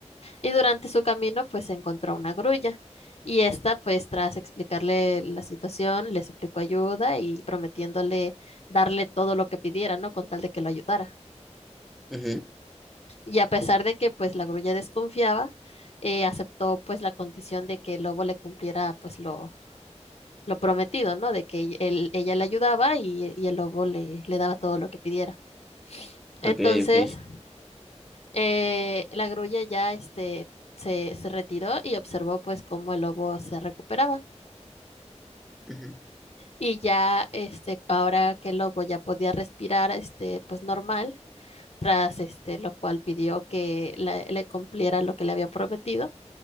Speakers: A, on the left; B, in the centre.
A: Y durante su camino, pues encontró una grulla. Y esta, pues tras explicarle la situación, le suplicó ayuda y prometiéndole darle todo lo que pidiera, ¿no? Con tal de que lo ayudara.
B: ujú.
A: Y a pesar de que, pues, la grulla desconfiaba, eh, aceptó, pues, la condición de que el lobo le cumpliera, pues, lo, lo prometido, ¿no? De que él- ella le ayudaba y, y el lobo le, le daba todo lo que pidiera.
B: Ok,
A: Entonces,
B: ok.
A: eh, la grulla ya, este, se, se retiró y observó, pues, cómo el lobo se recuperaba.
B: Ujú.
A: Y ya, este, ahora que el lobo ya podía respirar, este, pues normal, tras este, lo cual pidió que la- le cumpliera lo que le había prometido.